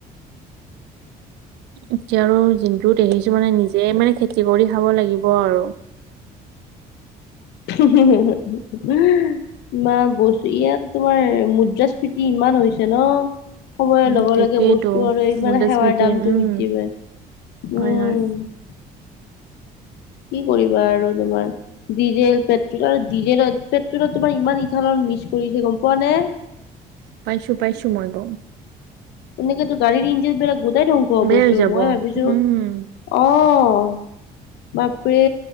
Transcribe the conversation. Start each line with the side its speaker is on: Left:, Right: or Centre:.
Right: এতিয়া আৰু যোনটো দেখিছোঁ মানে, নিজে মানে খেতি কৰি খাব লাগিব আৰু।
Left: <unintelligible> ইমান বস্তু, ইয়াত তোমাৰ মুদ্ৰাস্ফীতি ইমান হৈছে ন? সময়ৰ
Right: উম,
Left: লগ-লগে
Right: সেইটোৱেইটো
Left: বস্তু আৰু ইমান
Right: মুদ্ৰাস্মৃতি
Left: সেৱাৰ দামটো
Right: উম,
Left: বৃদ্ধি পায়। উম'।
Right: হয়, হয়,
Left: কি কৰিবা আৰু তোমাৰ? ডিজেল, পেট্ৰ'ল আৰু ডিজেলত, পেট্ৰ'লত তোমাৰ ইমান ইথানল মিছ কৰিছে, গম পোৱা নে?
Right: পাইছোঁ পাইছোঁ, মই বাও।
Left: এনেকেতো গাড়ীৰ ইঞ্জিনবিলাক গোটেই ধ্বংস হ'বছো,
Right: বেয়া হৈ যাব
Left: মই ভাবিছো অ',
Right: উম,
Left: বাপৰে!